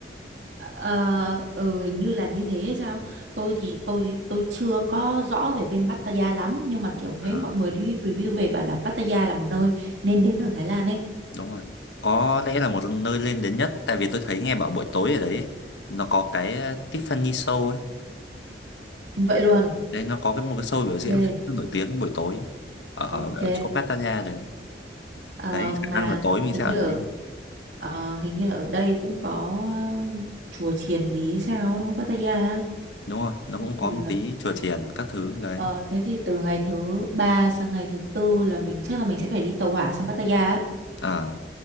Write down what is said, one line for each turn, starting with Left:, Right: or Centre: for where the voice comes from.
Right: Ờ, ừ, hình như là như thế hay sao tôi thì tôi tôi chưa có rõ về bên Pattaya lắm nhưng mà kiểu thấy
Left: à,
Right: mọi người đi review về bảo là Pattaya là một nơi nên đến ở Thái Lan ấy
Left: đúng rồi có lẽ là một nơi lên đến nhất tại vì tôi thấy nghe bảo buổi tối ở đấy ấy, nó có cái ờ, Tiffany Show ấy
Right: vậy luôn
Left: đấy nó có cái một cái show biểu diễn
Right: ghê
Left: khá là nổi tiếng buổi tối ở,
Right: Ok,
Left: ở chỗ Pattaya đấy
Right: ờ,
Left: đấy
Right: mà
Left: khả năng là tối mình
Right: hình
Left: sẽ ở
Right: như
Left: đấy
Right: ở ờ, hình như là ở đây cũng có ờ, chùa chiền gì hay sao đúng không Pattaya? á?
Left: đúng rồi nó cũng
Right: Thế thì
Left: có một tí chùa chiền các thứ đấy
Right: ờ, thế thì từ ngày thứ ba sang ngày thứ tư là mình chắc là mình sẽ phải đi tàu hỏa sang Pattaya. á.
Left: à,